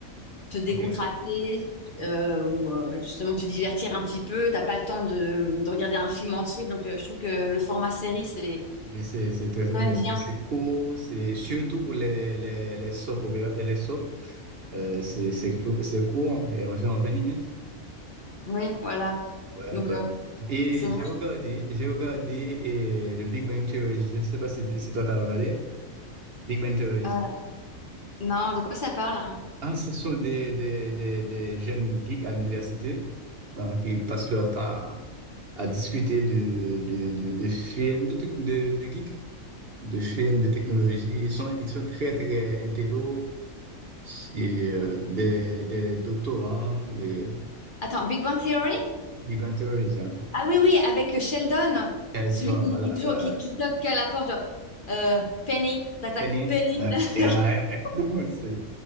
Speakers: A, on the left; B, on the right.
A: te décontracter
B: ok.
A: euh, ou euh, justement te divertir un petit peu. T'as pas le temps de, de regarder un film entier, donc euh, je trouve que le format série, c'est
B: Mais c'est c'est très intéressant.
A: quand même bien.
B: C'est court, c'est surtout pour les, les, les soap, opéra- euh, les soap, euh, c'est c'est clou- c'est court, et environ 20 minutes.
A: Oui, voilà.
B: Ouais,
A: Donc,
B: ouais.
A: euh,
B: Et
A: c'est...
B: j'ai regardé, j'ai regardé et le Big Bang Theory. Je ne sais pas si, si toi t'as regardé. Big Bang Theory.
A: euh, non, de quoi ça parle?
B: Ah, ce sont des, des, des, des jeunes geeks à l'université euh, qui passent leur temps à, à discuter de, de, de, de films, de, trucs- de, de geeks, de films, de technologie. Ils sont, ils sont très, très intello, et, euh, des, des doctorants, des
A: Attends, Big Bang Theory?
B: débentures, hein.
A: Ah oui, oui, avec Sheldon,
B: Elles
A: celui
B: donnent,
A: qui,
B: voilà.
A: qui toujours
B: euh,
A: qui, qui toque à la porte, genre, euh, Penny, tac, tac,
B: Tenez,
A: Penny.
B: ouais, ouais,
A: <laughs>
B: ouais, <laughs> Ouais, c'est-